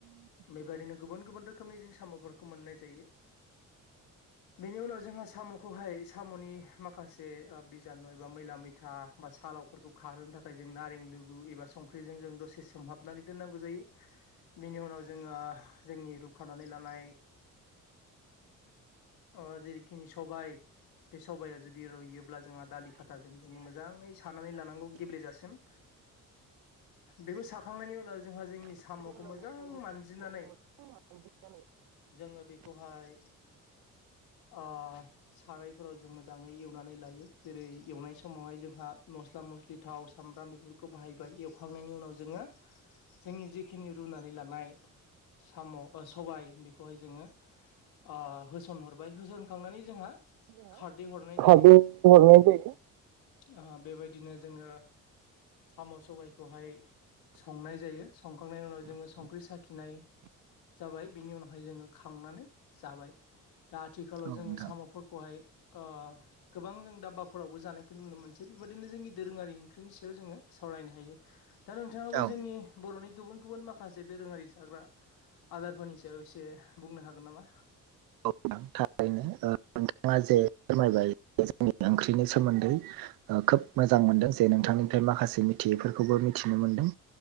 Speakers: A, on the left; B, on the right.
A: बेबायदिनो गुबुन गुबुन रोखोमनि जों साम'फोरखौ मोननाय जायो। बेनि उनाव जोंहा साम'खौहाय साम'नि माखासे बिजानु एबा मैला मैथा बा सालावफोरखौ खारहोनो थाखाय जों नारें लुबु एबा संख्रि जजों जों दसे सोमहाब हाबनानै दोननांगौ जायो। बिनि उनाव जोंङो जोंनि रुखानानै लानाय अ जेरखिनि सबाय बे सबाया जुदि रुयो अब्ला जोंहा दालि खाथाजों जोंङो मोजांङै सानानै लानांगौ गेब्लेेजासिम। बेखौ साखांनायनि उनाव जोंहा जोंनि साम'खौ मोजां मानजिनानै जोंङो बेखौहाय ओ सारायफोराव जों मोजांङै एवनानै लायो। जेरै एवनाय समावहाय जोंहा मस्ला मस्लि थाव सामब्राम बेफोरखौ बाहायबाय एव खुखांनायनि उनाव जोंङो जोंनि जिखिनि रुनानै लानाय साम' सबाय बेखौहाय जोंङो ओ होसनहरबाय होसनखांनानै जोंहा खारदै हरनाय
B: खारै
A: जायो
B: होहरनाय जायो।
A: ओ बेबायदिनो जोंङो साम' सबायखौहाय संनाय जायो संखांनायनि उनाव जोंङो संख्रि साखिनाय जाबाय बिनि उनावहाय जोंङो खांनानै जाबाय। दा आथिखालाव
B: औ
A: जोंङो
B: नोंथां
A: साम'फोरखौहाय ओ गोबां जों दाबबाफोरावबो जानायखौ नुनो मोनसै बेबायदिनो जोंनि दोरोंङारि ओंख्रिनि सायाव जोंङो सावरायनो हायो। दा नोंथांङाबो
B: औ
A: जोंनि बर'नि गुबुन गुबुन माखासे दोरोङारि जाग्रा आदारफोरनि सायाव एसे बुंनो हागोन नामा?
B: औ थारैनो नोंथाङा जे फोरमायबाय जोंनि ओंख्रि नि सोमोन्दै खोब मोजां मोनदों जे नोंथांनिफ्राय माखासे मिथियैफोरखौबो मिथिनो मोनदों‌।